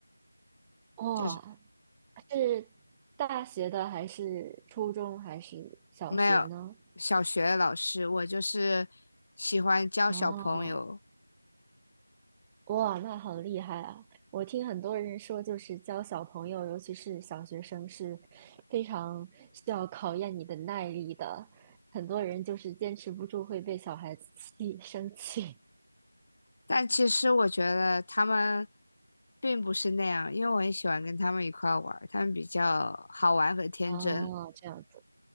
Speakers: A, in the centre; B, on the left (about 20°).
A: 哇，
B: 就是
A: 是大学的还是初中还是小学呢？
B: 没有小学老师，我就是喜欢教小朋友，
A: 哦，哇，那好厉害啊！我听很多人说，就是教小朋友，尤其是小学生，是非常需要考验你的耐力的。很多人就是坚持不住，会被小孩子气生气。
B: 但其实我觉得他们并不是那样，因为我很喜欢跟他们一块儿玩儿他们比较好玩和天真，
A: <laughs> 哦，这样子